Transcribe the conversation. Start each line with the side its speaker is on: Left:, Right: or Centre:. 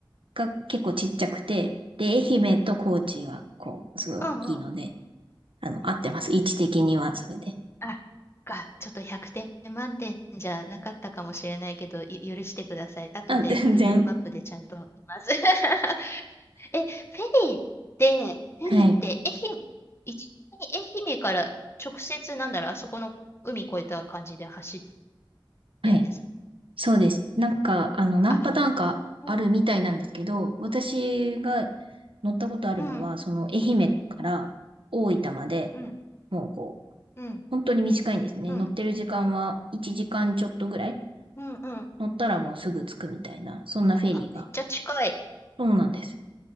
Right: が結構ちっちゃくて、で、愛媛と高知は、こう、すごい大きいので、
Left: うんうん。あ、
Right: あの、合ってます。位置的には、それで。
Left: あ、そっか、ちょっと100点満点じゃなかったかもしれないけど、ゆ許してください。後で
Right: あ、<laughs> 全然。
Left: Google マップでちゃんと見ます。<laughs> え、フェリーって、フェリーって、
Right: はい。
Left: 愛媛、一愛媛から直接、なんだろう、あそこの海越えた感じで走っ
Right: はい。
Left: てんですか。
Right: そうです。なんか、あの、何パターンかあるみたいなんですけど、
Left: あ、うんうん。
Right: 私が乗ったことあるのは、
Left: うん、
Right: その、愛媛から大分まで、
Left: うん、
Right: もうこう、
Left: うん、
Right: 本当に短いんですね。
Left: うん、
Right: 乗ってる時間は1時間ちょっとぐらい。
Left: うん、うん。
Right: 乗ったらもうすぐ着くみたいな、そんなフェリーが。
Left: あ、めっちゃ近い。
Right: そうなんです。